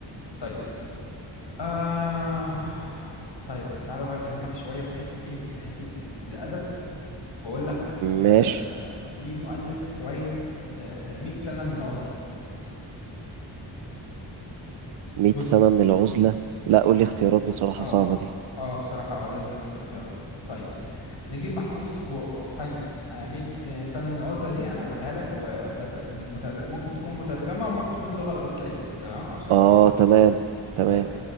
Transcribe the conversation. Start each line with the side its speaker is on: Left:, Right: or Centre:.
Left: طيب آه... طيب تعالى بقى اكلمك شوية في حتة ايه في حتة الادب واقول لك آه...
Right: ماشي
Left: مين مؤلف رواية آه... آه، 100 سنة من العزلة
Right: 100
Left: بص
Right: سنة من العزلة لا قول لي اختيارات بصراحة
Left: اه
Right: صعبة دي
Left: اه بصراحة اه لازم اقول لك اختيارات طيب نجيب محفوظ و... و- ثانية يعني 100 سنة من العزلة دي انا بقولها لك وبت... متر... ممكن تكون مترجمة وممكن تكون اللغة الأصلية تمام عشان
Right: اه
Left: بس
Right: تمام تمام
Left: طيب